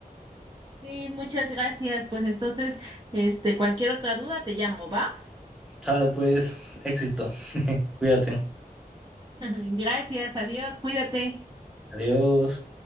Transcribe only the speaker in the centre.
Sale pues, éxito. <laughs> Cuídate.
Adiós.